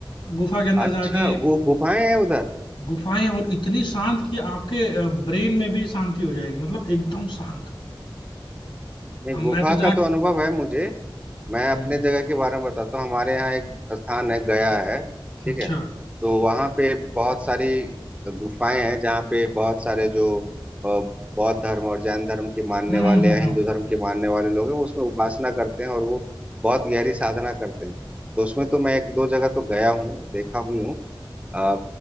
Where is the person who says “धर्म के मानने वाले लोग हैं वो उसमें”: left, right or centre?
Right